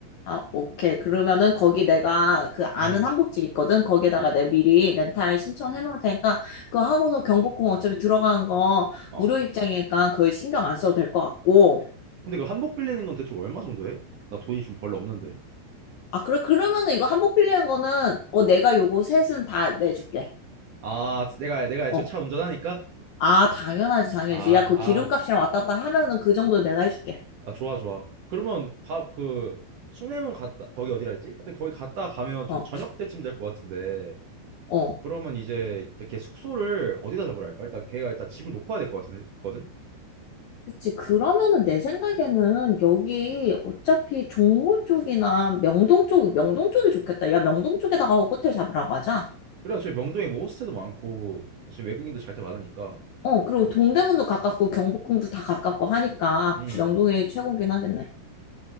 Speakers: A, on the left; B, on the right.
A: 아 오케이. 그러면은 거기 내가 그 아는
B: 음.
A: 한복집 있거든. 거기에다가
B: 어.
A: 내 미리 렌탈 신청해 놓을 테니까 그거 하고서 경복궁 어차피 들어가는 거
B: 어.
A: 무료 입장이니까 그걸 신경 안 써도 될 것 같고.
B: 근데 그 한복 빌리는 건 대충 얼마 정도 해? 나 돈이 좀 별로 없는데.
A: 아 그래 그러면은 이거 한복 빌리는 거는 어 내가 요거 셋은 다 내줄게.
B: 아 내가 내가 애초에
A: 어.
B: 차 운전하니까.
A: 아, 당연하지, 당연하지.
B: 아
A: 야, 그
B: 아.
A: 기름값이랑 왔다 갔다 하면은 그 정도 내가 해줄게.
B: 아 좋아 좋아. 그러면 밥그 숭례문 갔다 거기 어디라 했지? 하여튼 거기 갔다 가면 좀
A: 어,
B: 저녁 때쯤 될 것 같은데.
A: 어.
B: 그러면 이제 이렇게 숙소를 어디다 잡으라 할까? 일단 걔가 일단 집을 놓고 와야 될 것 같거든.
A: 그치. 그러면은 내 생각에는 여기 어차피 종로 쪽이나 명동 쪽, 명동 쪽이 좋겠다. 야, 명동 쪽에다가 호텔 잡으라고 하자.
B: 그래 어차피 명동에 뭐 호스텔도 많고 어차피 외국인도 잘 때 많으니까.
A: 어, 그리고
B: 어,
A: 동대문도 가깝고 경복궁도 다 가깝고 하니까
B: 음.
A: 명동이 최고긴 하겠네.